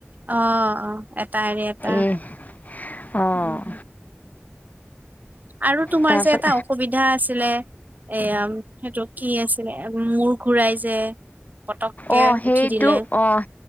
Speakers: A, on the right; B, on the left.
A: অ', অ', এট এৰি এটা।
B: এই অ'।
A: উম আৰু তোমাৰ
B: তাৰপিছত
A: যে এটা অসুবিধা আছিলে, এয়া সেইটো কি আ আছিলে, মূৰ ঘূৰাই যে। পতককে
B: অ', সেইটো
A: উঠি দিলে
B: অ',